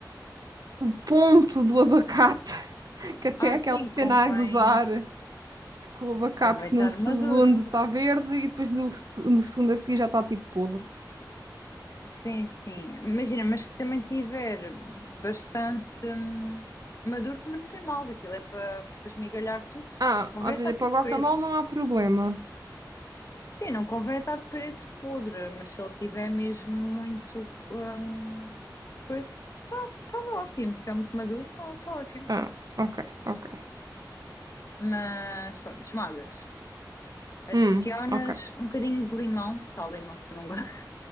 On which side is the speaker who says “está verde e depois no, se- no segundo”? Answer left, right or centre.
Right